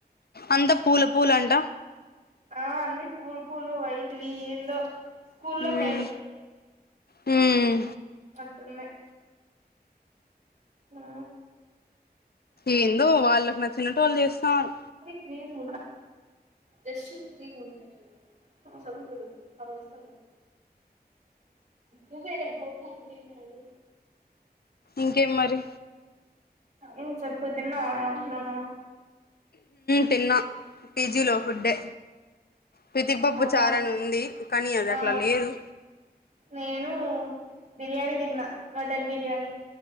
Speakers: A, on the left; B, on the right.
A: అంత పూల పూల అంట
B: ఆ అన్ని పూలు పూలు వైట్వి ఎల్లో స్కూలో
A: హ్మ్
B: మేలు
A: హ్మ్
B: అట్టున్నాయి ఆ
A: ఏందో వాళ్ళకి నచ్చినట్లు వాళ్ళు చేస్తారు
B: క్రీమ్ ఉ దెష్ క్రీమ్ ఉన్నాయి స అస్ <unintelligible> <unintelligible>
A: ఇంకేం మరి
B: ఏం చెప్పు తిన్నావా ఆఫ్టర్నూన్
A: తిన్నా పీజీలో ఫుడ్డే పితిక్ పాప్పు
B: ఆహా
A: చారాని ఉంది కానీ అది
B: ఆ
A: అట్లా లేదు
B: నేను బిర్యానీ తిన్నా మటన్ బిర్యానీ